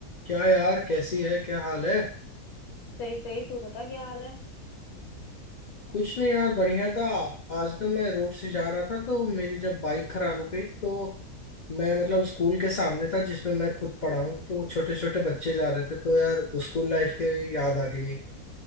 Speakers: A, on the left; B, on the left.
A: क्या यार कैसी है क्या हाल है
B: सही सही तू बता क्या हाल है
A: कुछ नहीं यार बढ़िया था आज ना मैं रोड से जा रहा था तो मेरी जब बाइक खराब हो गई तो मैं मतलब स्कूल के सामने था जिसमें मैं खुद पढ़ा हूँ तो छोटे छोटे बच्चे जा रहे थे तो यार स्कूल लाइफ की याद आ गई